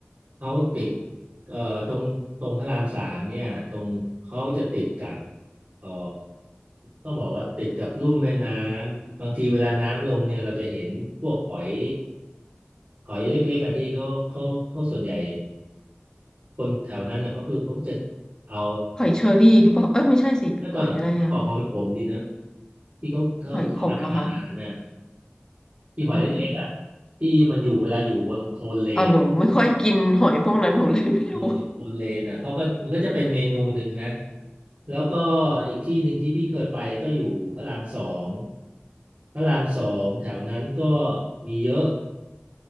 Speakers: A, on the right; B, on the left.
A: เขาติดเอ่อตรงตรงพระรามสามเนี่ยตรงเขาจะติดกับเอ่อต้องบอกว่าติดกับลุ่มแม่น้ำบางทีเวลาน้ำลงเนี่ยเราจะเห็นพวกหอยหอยเล็กๆอะที่เขาเขาเขาส่วนใหญ่คนแถวนั้นเนี่ยเขาคือเขาก็จะเอา
B: หอยเชอรี่หรือเปล่าเอ้ยไม่ใช่สิหอยอะไรอะ
A: ไม่ต้องต้องบอกหอยขมดีนะที่เขาเขาเอามาทำอาหารน่ะ
B: หอยขมเหรอคะ
A: ที่หอยเล็กๆอ่ะ
B: อืม
A: ที่มันอยู่เวลาอยู่บนโคลนเลน
B: อ๋อหนูไม่ค่อยกินหอยพวกนั้นหนูเลยไม่รู้
A: เอออยู่บนเลนอ่ะเขาก็มันก็จะเป็นเมนูหนึ่งนะแล้วก็อีกที่หนึ่งที่พี่เคยไปก็อยู่พระรามสองพระรามสองแถวนั้นก็มีเยอะ